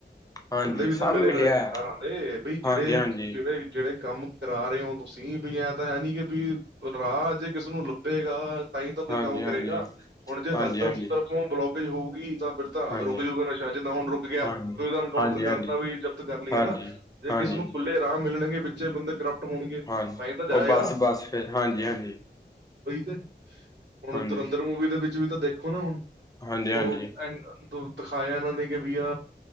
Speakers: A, on the left (about 20°); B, on the right (about 80°).
A: ਹਾਂਜੀ
B: ਬੰਦੇ ਵੀ
A: ਸਭ
B: ਤਾਂ ਮਿਲੇ
A: ਮਿਲਿਆ
B: ਹੋਏ ਣੇ ਸਰਕਾਰਾਂ
A: ਆ।
B: ਦੇ ਬਈ ਜੇੜੇ
A: ਹਾਂਜੀ ਹਾਂਜੀ
B: ਜੇੜੇ- ਜੇੜੇ ਕੰਮ ਕਰਾ ਰੇ ਓ ਤੁਸੀਂ ਵੀ ਐਂ ਤਾਂ ਹੈ ਨੀ ਕਿ ਵੀ- ਰਾਅ ਜੇ ਕਿਸੇ ਨੂੰ ਲੱਭੇਗਾ। ਤਾਂਈ ਤਾਂ ਕੋਈ
A: ਹਾਂਜੀ
B: ਕੰਮ ਕਰੇਗਾ।
A: ਹਾਂਜੀ
B: ਹੁਣ ਜੇ ਹਰ
A: ਹਾਂਜੀ
B: ਤ
A: ਹਾਂਜੀ
B: ਤਰਫੋਂ ਬਲੋਕੇਜ ਹੋਊਗੀ ਤਾਂ- ਫੇਰ ਤਾਂ
A: ਹਾਂਜੀ
B: ਰੁਕ ਜੂਗਾ ਨਸ਼ਾ ਜਿੱਦਾਂ ਹੁਣ ਰੁਕ ਗਿਆ।
A: ਹਾਂਜੀ
B: ਕੋਈ ਓਦਾ ਇਨਕਾਊਂਟਰ
A: ਹਾਂਜੀ
B: ਕਰਤਾ ਵੀ ਜਦ ਤੱਕ- ਕਰ ਲਈਏ
A: ਹਾਂਜੀ
B: ਹਨਾ। ਜੇ
A: ਹਾਂਜੀ
B: ਕਿਸੇ ਨੂੰ ਖੁੱਲੇ
A: ਹਾਂਜੀ
B: ਰਾਮ ਮਿਲਣਗੇ ਵਿੱਚੇ ਬੰਦੇ- ਕਰਪਟ ਹੋਣਗੇ
A: ਹਾਂਜੀ
B: ਤਾਂਹੀ ਤਾਂ ਜਾਏਗਾ।
A: ਉਹ ਬਸ ਬਸ ਫਿਰ ਹਾਂਜੀ ਹਾਂਜੀ
B: ਓਈ ਤੇ ਹੁਣ
A: ਹਾਂਜੀ
B: ਤੁਰਿੰਦਰ ਮੂਵੀ ਦੇ ਵਿੱਚ ਵੀ ਤਾਂ ਦੇਖੋ ਨਾ ਹੁਣ-
A: ਹਾਂਜੀ
B: ਓ
A: ਹਾਂਜੀ
B: ਐਂਡ ਦਿਖਾਇਆ ਏਨਾਂ ਨੇ ਕੀ ਬਈਆ